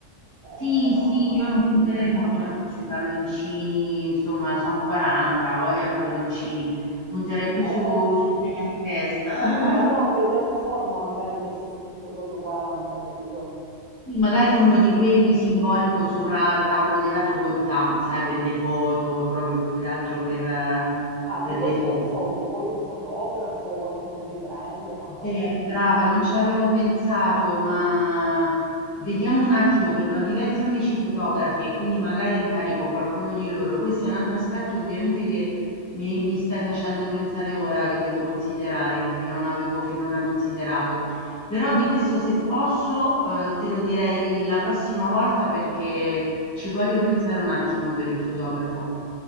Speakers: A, on the left; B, on the left.
A: eh,
B: Sì,
A: per
B: sì,
A: a- appunto
B: io non punterei
A: delimitare.
B: molto, ecco, sui palloncini, insomma, son 40, ho voglia a palloncini. Punterei
A: <laughs>
B: più su, sul tema di festa.
A: No, no,
B: <laughs>
A: quelli a forma magari che c'è scritto proprio 40, capito?
B: Sì, magari uno di quelli simbolico sopra il tavolo della torta, sai, per le foto, proprio più che altro per, eh,
A: Ah, a
B: per
A: proposito
B: le foto.
A: di foto, vuoi un fotografo, qualcuno che riprende, fa qualche
B: Eh,
A: video?
B: brava, non ci avevo pensato, ma vediamo un attimo perché ho diversi amici fotografi e quindi magari incarico qualcuno di loro. Questo è un altro aspetto ovviamente che mi, mi stai facendo pensare ora che devo considerare, che non avevo finora considerato. Però di questo se posso, eh, te lo direi la prossima volta perché ci voglio pensare un attimo per il fotografo.